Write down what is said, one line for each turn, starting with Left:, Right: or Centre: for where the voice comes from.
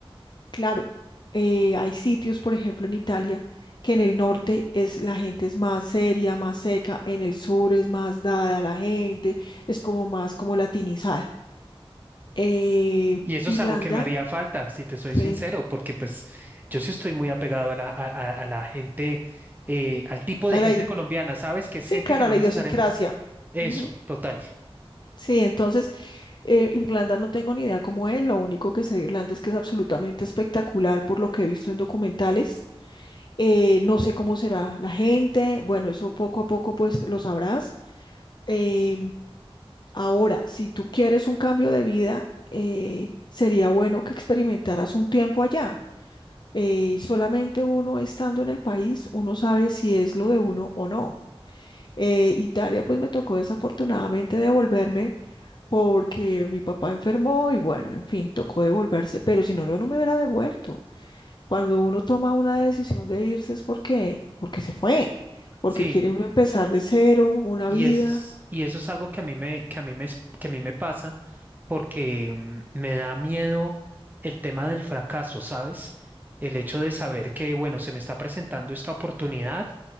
Left: claro. eh, hay sitios, por ejemplo, en Italia, que en el norte es, la gente es más seria, más seca, en el sur es más dada a la gente, es como más como latinizada. Eh,
Right: Y eso
Left: Irlanda,
Right: es algo que me haría falta, si te soy
Left: sí,
Right: sincero, porque pues yo sí estoy muy apegado a la, a, a- a la gente, eh, al tipo de
Left: a
Right: gente
Left: la i-
Right: colombiana, ¿sabes? Que es
Left: sí,
Right: gente
Left: claro,
Right: que no
Left: a la
Right: necesariamente...
Left: idiosincrasia.
Right: Eso,
Left: Ujú.
Right: total.
Left: Sí, entonces Eh, Irlanda no tengo ni idea cómo es, lo único que sé de Irlanda es que es absolutamente espectacular por lo que he visto en documentales. Eh, no sé cómo será la gente, bueno, eso poco a poco pues lo sabrás. Em, ahora, si tú quieres un cambio de vida, eh, sería bueno que experimentaras un tiempo allá. Eh, solamente uno estando en el país, uno sabe si es lo de uno o no. Eh, Italia pues me tocó desafortunadamente devolverme porque mi papá enfermó y bueno, en fin, tocó devolverse, pero si no, yo no me hubiera devuelto. Cuando uno toma una decisión de irse es porque, porque se fue, porque
Right: Sí,
Left: quiere uno empezar de cero, una
Right: y,
Left: vida.
Right: es, y eso es algo que a mí me, que a mí me, es- que a mí me pasa porque mm, me da miedo el tema del fracaso, ¿sabes? El hecho de saber que, bueno, se me está presentando esta oportunidad,